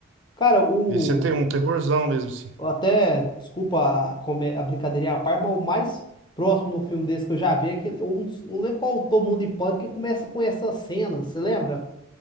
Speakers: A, on the left (about 20°); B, on the right (about 60°).
A: Cara, o.
B: Esse é ter um terrorzão mesmo, assim.
A: Até, desculpa a, come- a brincadeirinha à parte, mas o mais próximo do filme desse que eu já vi é aquele. Eu não, não lembro qual é o Todo Mundo em Pânico que começa com essa cena. Você lembra?